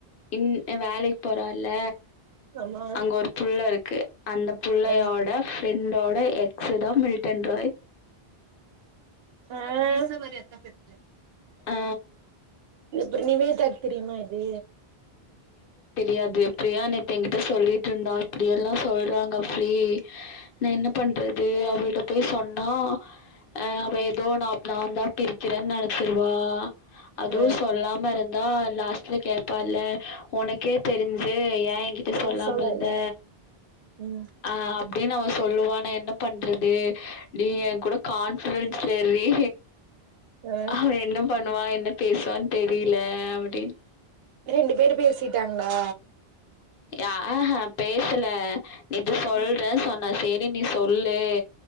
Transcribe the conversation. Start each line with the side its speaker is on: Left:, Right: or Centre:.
Left: இன் அ வேலைக்கி போறால்ல
Right: ஆமா
Left: அங்க ஒரு புள்ள இருக்கு. அந்த புள்ளையோட
Right: ஆ
Left: ஃப்ரெண்டோட எக்ஸ்தா மில்டன் ராய்.
Right: ஆ <unintelligible>
Left: ஆ
Right: இப்ப நிவேதாக் தெரியுமா இது?
Left: யாது ப்ரியா நேத்து எங்கிட்ட சொல்லிட்ருந்தா இப்டியெல்லா சொல்றாங்க அஃபி நா என்ன பண்றது
Right: ஆ
Left: அவள்ட்ட போய் சொன் னா ஆ அவ எப் <unintelligible> பிரிக்கிறேன்னு நெனைச்சிருவா. அதுவு
Right: ஆ
Left: சொல்லாம இருந் ஆ லா ஸ்ல கேப்பால்ல ஒனக்கே தெருஞ்சு ஏ எங்கிட்ட சொல்லாம
Right: ஏ சொல்லல
Left: இருந்த
Right: ம்
Left: ஆ அப் டின்னு அவ சொல்லுவா நா என்ன பண்றது டீ ஏங்கூட கான்ஃபிரன்ஸ்ல இர்ரி
Right: ஆ
Left: அவ என்ன பண்ணுவா என்ன பேசுவான் தெரீல அப்புடின்
Right: ரெண்டு பேர் பேசிட்டாங்ளா?
Left: ய ஆஹா பேசல நேத்து சொல்றே
Right: ம்
Left: சொன்னா சே ரி நீ சொல்லு